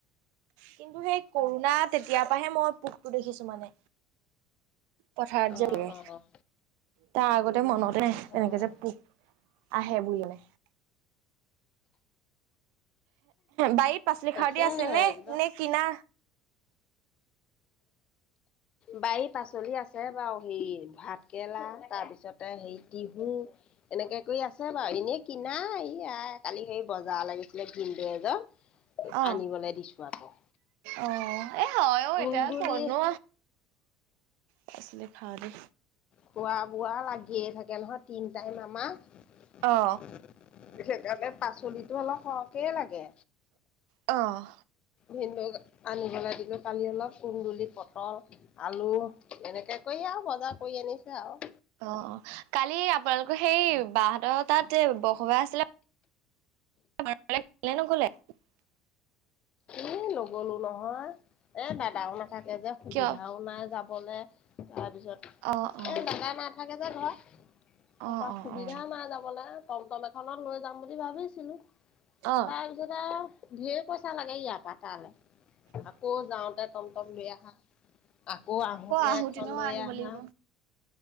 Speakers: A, on the right; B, on the left.
A: কিন্তু সেই কৰোণা তেতিয়াৰ পৰাহে মই পোকটো দেখিছো মানে। পথাৰত
B: অ',
A: যে ৰোৱে,
B: অ',
A: তাৰ আগতে মানতে
B: অ',
A: এনেকে যে পোক আহে বুুলি বাৰীত পাচলি
B: তাকেহে
A: খাৰদি আছে নে
B: একদম
A: নে কিনা?
B: বাৰী পাচলি আছে বাৰু, হেৰি ভাত কেৰেলা তাৰপিছতে টিহু এনেকে কৰি আছে বাৰু, এনেই কিনা। ই আই কালি হেৰি বজাৰলৈ গৈছিলে ভিনদো এজন
A: অ
B: আনিবলৈ দিছো আকৌ।
A: অ' এ হয় ও
B: তুলতুলি
A: এতিয়া কতনো পাচলি খাৰদি
B: খোৱা বোৱা লাগিয়ে থাকে নহয় তিন টাইম আমাৰ। পিছে
A: অ
B: সেইকাৰণে পাচলিটো অলপ সৰহকে লাগে।
A: অঁ
B: ভিন্দৌক আনিবলৈ দিবি। কালি অলপ কুন্দুলি, পটল, আলু, এনেকে কৰি আৰু বজাৰ কৰি আনিছে আৰু।
A: অ অ কালি আপোনালোকৰ সেই বাহঁতৰ তাত যে বৰসবাস আছিলে <unintelligible>
B: উ নগলো নহয় এ দাদাও নাথাকে যে সুবিধাও
A: কিয়?
B: নাই যাব লে তাৰপিছত
A: অ অ
B: এ দাদা নাথাকে যে ঘৰত। তাৰপা
A: অ অ
B: সুবিধা নাই যাবলৈ টম টম এখনত লৈ যাম বুলি ভাবিছিলোঁ।
A: অ
B: তাৰপিছতে আৰু ধেৰ পইচা লাগে ইয়াৰ পৰা তালৈ। আকৌ যাওঁতে টমটম লৈ আহাঁ। আকৌ আহোতে
A: আহোতেনেও
B: এখন লৈ
A: আনিব
B: আহা।
A: লাগিব।